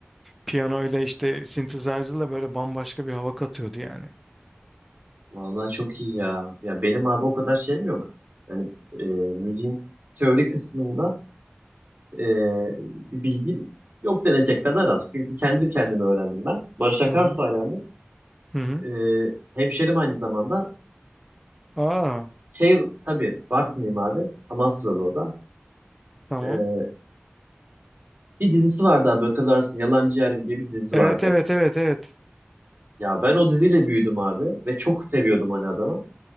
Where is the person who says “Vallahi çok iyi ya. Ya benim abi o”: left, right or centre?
Right